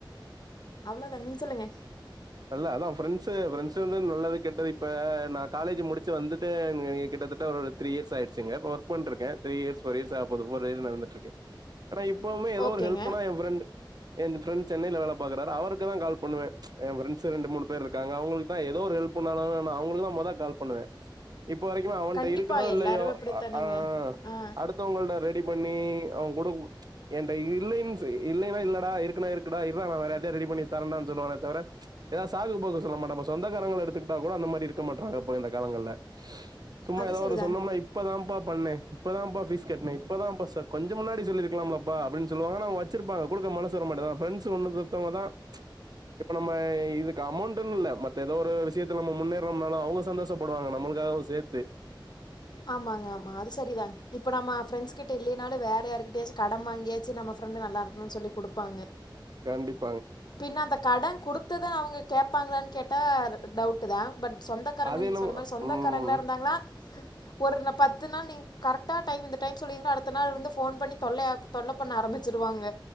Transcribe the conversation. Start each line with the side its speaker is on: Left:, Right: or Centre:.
Left: அவ்ளோதாங் நீங்க சொல்லுங்க
Right: இல்ல அதா ஃப்ரெண்ட்ஸ்சு ஃப்ரெண்ட்ஸ் வந்து நல்லது கெட்டது இப்ப நா காலேஜி முடிச்சு வந்துட்டு நீ கிட்டத்தட்ட ஒரு த்ரீ இயர்ஸ் ஆயிடுச்சுங்க இப்ப ஒர்க் பண்ட்ருக்க த்ரீ இயர்ஸ் போர் இயர்சாக போது ஃபோர் இயர் நடந்திட்டிருக்கு ஆனா இப்பவுமே ஏதோ
Left: ஓகேங்க.
Right: ஒரு ஹெல்ப்புனா ஏ ஃப்ரெண்ட்டு ஏ ஃப்ரண்ட்ஸ் சென்னைல வேல பாக்ராரு அவருக்குதா கால் பண்ணுவ ஏ ஃப்ரெண்ட்ஸ்சு ரெண்டு மூணு பேர் இர்க்காங்க அவுங்ளுக்குதா ஏதோ ஒரு ஹெல்ப் புண்ணானு நா அவங்ளுக்குதா மொத கால் பண்ணுவே இப்ப வரைக்குமே அவன்ட
Left: கண்டிப்பா
Right: இருக்குதோ இல்லையோ
Left: எல்லாருமே அப்படித்தானேங்க.
Right: அ அ
Left: ஆ.
Right: அடுத்தவங்கள் ட ரெடி பண்ணி அவ குடுப் ச் என்ட இல்லைன்ஸ் இல்லைனா இல்லடா இருக்குனா இருக்குடா இர்ரா நா வேற யார்டையாது ரெடி பண்ணி தரேண்டான் சொல்லுவானே தவர ஏதா சாக்கு போக்கு சொல்ல மாட்டான்ப்ப சொந்த காரங்கல எடுத்துக்ட்டா கூட அந்த மாரி இருக்க மாட்றாங்க இப்ப இந்த காலங்கள்ல சும்மா
Left: அது
Right: ஏதா
Left: சரிதாங்க.
Right: ஒன்னு சொன்னம்னா இப்பதாப்பா பண்ணே இப்பதாப்பா பீஸ் கட்னே இப்பதாப்பா ஸ்ச கொஞ்ச முன்னாடி சொல்லிருக்கலாம்லப்பா அப்டினு சொல்வாங்க ஆனா வச்சிருப்பாங்க குடுக்க க மனசு வர மாட்டது ஆனா பிரெண்ட்ஸ்சு ஒண்ணுத்தத்தவங்கதா ச் இப்ப நம்ம இதுக்கு அமௌண்ட்னுல மத்த ஏதோ ஒரு விஷ்யத்த நம்ம முன்னேறம்னாலு அவுங்க சந்தோஷப்படுவாங்க நம்ம க்காகவு சேத்து
Left: ஆமாங்க ஆமா அது செரிதாங் இப்ப நம்ம ப்ரெண்ட்ஸ் கிட்ட இல்லேனாலு வேற யாருகிட்டையாச்சு கடம் வாங்கியாச்சு நம்ம ப்ரெண்டு நல்லாருக்குனு சொல்லி குடுப்பாங்க
Right: கண்டிப்
Left: பின்ன அந்த கட குடுத்ததா அவுங்க கேப்பாங்ளான் கேட்டா டவுட்டுதா பட் சொந்தக்காரங்க
Right: அது
Left: நீங்க
Right: என்னமோ
Left: சொன்ன மாரி சொந்தக்காரங்ளா
Right: ம்
Left: இருந்தாங்ளா ஒரு ர பத்து நாள் நீங் கரெட்டா டைம் இந்த டைம் சொல்லீங்னா அடுத்த நாள் வந்து ஃபோன் பண்ணி தொல்லையாப் தொல்ல பண்ண ஆரம்மிச்சுடுவாங்க